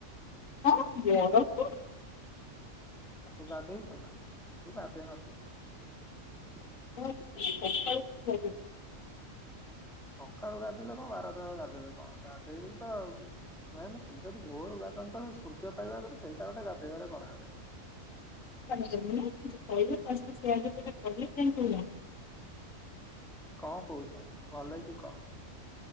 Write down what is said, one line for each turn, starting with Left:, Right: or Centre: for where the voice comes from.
Left: କଣ କରୁଛୁ। କିରେ ଅଡ଼ର କରୁଛୁ। <unintelligible>
Centre: ଆ ତୁ ଗାଧୋଇ ଚୁନା? ତୁ ଗାଧୋଇ ନଥିବୁ।
Left: ହଁ
Centre: ସକାଳୁ ଗାଧୋଇଲେ କଣ? ବାରଟା ବେଳେ ଗାଧୋଇଲେ କଣ? ଗାଧେଇବୁ ତ ଆଉ। ନାଇଁ ନ, ସୂର୍ଯ୍ୟ ଆଜି ଭୋରୁ ଗାଧାନ୍ତି। ତାହେଲେ, ସୂର୍ଯ୍ୟ ପାଇବା ଆଗରୁ ସେଇଟା ଗୋଟେ ଗାଧେଇବାରେ ଗଣା ହୁଏ।
Left: <inaudible>
Centre: କଣ କହୁଛ? ଭଲ ହେଇକ କହ?